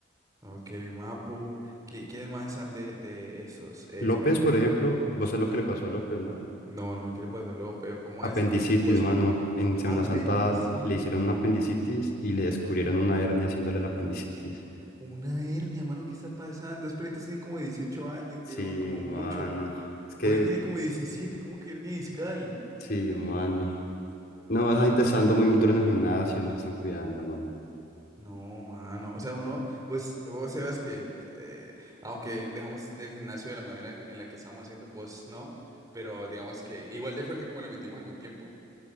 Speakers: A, on the right (about 20°); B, on the left (about 50°).
A: ok, Mapu. ¿Qui- ¿Quiénes más están de, de esos? Eh,
B: López, por ejemplo,
A: r-
B: vos sabés lo que le pasó a López, no?
A: no, no quiero pasarlo, pero ¿cómo
B: Apendicitis,
A: así que yo- vos
B: mano.
A: a-
B: En Semana
A: apendicitis?
B: Santa le hicieron una apendicitis y le descubrieron una hernia haciéndole la apendicitis.
A: Una hernia, mano, ¿qué está pasando? Los perritos tienen como 18 años,
B: Sí,
A: weón, como
B: mano.
A: mucho.
B: Es que,
A: Pony tiene como diecisiete ¿cómo que hernia discal?
B: sí, mano. No,
A: Uy,
B: esa gente
A: no,
B: está dando
A: no,
B: muy
A: no,
B: duro en
A: no.
B: el gimnasio, no se están cuidando, mano.
A: No, mano. O sea, uno, pues, vos sabes que, eh, aunque dejamos el gimnasio de la manera en la que estábamos haciendo, vos no, pero digamos que igual de fuerte como le metimos algún tiempo,